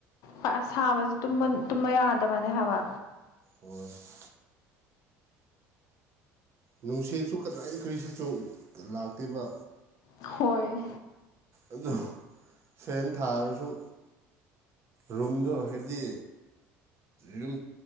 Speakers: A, on the left; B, on the right.
A: ꯑ ꯁꯥꯕꯁꯦ ꯇꯨꯝꯕ ꯌꯥꯗꯕꯅꯦ ꯍꯥꯏꯕ
B: ꯑꯣ ꯅꯨꯡꯁꯤꯠꯁꯨ ꯀꯗꯥꯏꯈꯔꯤꯁꯤ ꯂꯥꯛꯇꯕ
A: ꯍꯣꯏ
B: ꯑꯗꯨ ꯐꯦꯟ ꯊꯥꯔꯁꯨ ꯔꯨꯝꯗꯣ ꯍꯥꯏꯕꯗꯤ ꯌꯨꯝ